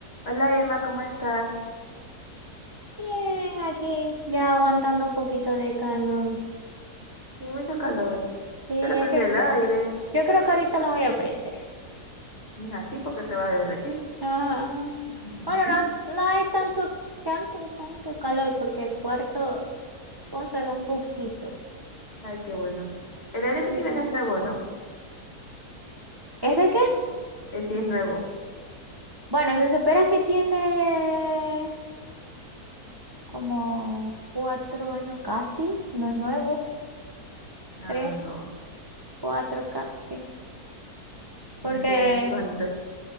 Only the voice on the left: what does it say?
Hola Emma, ¿cómo estás?
Hay mucho calor,
pero prende
el aire.
Y es así porque te vas a derretir.
Ujú.
Ay, qué bueno. El aire que
tienen es nuevo, ¿no?
Eh, sí, es nuevo.
Ah,
no.
Tienen sus sus anitos.